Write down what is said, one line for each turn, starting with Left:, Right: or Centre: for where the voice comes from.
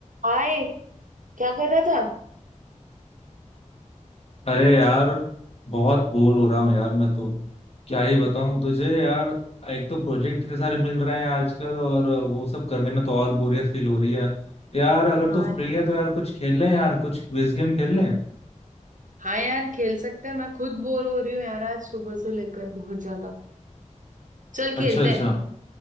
Right: हाय क्या कर रहा था
Left: अरे यार बहुत बोर हो रहा हूँ यार मैं तो क्या ही बताऊँ तुझे यार एक तो प्रोजेक्ट इतने सारे मिल रहे हैं आजकल और वो सब करने में तो और बोरियत फील हो रही है यार अगर
Right: हाँ
Left: तू
Right: यार
Left: फ्री है तो यार कुछ खेल लें यार कुछ क्विज गेम खेल लें
Right: हाँ यार खेल सकते हैं मैं खुद बोर हो रही हूँ यार आज सुबह से लेकर बहुत ज्यादा चल खेलते
Left: अच्छा अच्छा
Right: हैं